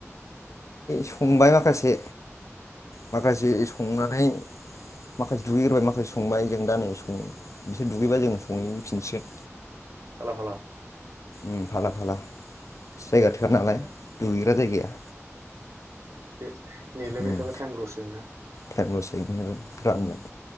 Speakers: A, on the left; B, on the right.
A: संबाय माखासे माखासे संनानै माखासे दुगैग्रोबाय माखासे संबाय जों दा नै सं बिसोर दुगैबा जों संहैफिनसिगोन।
B: फाला फाला
A: उम फाला फाला। जायगा थोआ नालाय
B: ए,
A: दुगैग्रा जायगाया।
B: नेेलायबाय
A: उम
B: थाबा टाइम लस जायोना।
A: टाइम लस <unintelligible> राननानै।